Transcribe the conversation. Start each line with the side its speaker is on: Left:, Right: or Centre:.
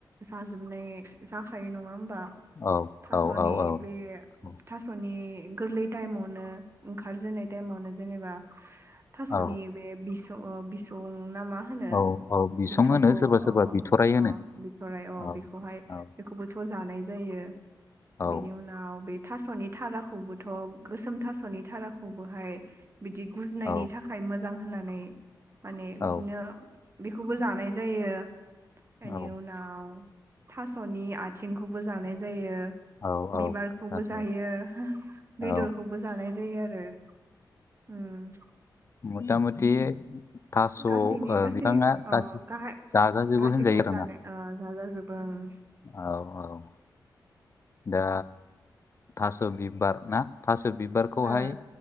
Right: जाजोबनाय जाखायो नङा होमबा?
Left: औ
Right: थास'नि
Left: औ औ औ
Right: बे
Left: औ
Right: थास'नि गोरलै टाइमावनो ओंखारजेननाय टाइमावनो जेनेबा थास'नि
Left: औ
Right: बे बिस' ओ बिसं नामा होनो
Left: औ औ बिसं
Right: बिथ'खौ
Left: होनो सोरबा
Right: अ
Left: सोरबा
Right: अ
Left: बिथराइ होनो
Right: अ बिथराइ अ
Left: औ
Right: बेखौहाय
Left: औ
Right: बेखौबोथ' जानाय जायो।
Left: औ
Right: बेनि उन नाव बे थास'नि थराखौबोथ' गोसोम थास'नि थराखौबोहाय बिदि गुजनायनि
Left: औ
Right: थाखाय मोजां होननानै माने बिदिनो
Left: औ
Right: बेखौबो जानाय जायो। एनि
Left: औ
Right: उनाव थास'नि आथिंखौबो जानाय जायो।
Left: औ औ
Right: बिबारखौबो
Left: थासबायदि
Right: जायो। बेदरखौबो
Left: औ
Right: जानाय जायो आरो उम।
Left: मुथा मुथि थास'
Right: गासैनि
Left: ओ
Right: गासै
Left: बिफाङा
Right: अ
Left: गासि
Right: गाहाय
Left: जाजाजोबो
Right: गासैखौबो
Left: होनजायो आरोना।
Right: जानो ओ जाजाजोबो ओं।
Left: औ औ। दा थास' बिबार ना थास' बिबारखौहाय
Right: ओ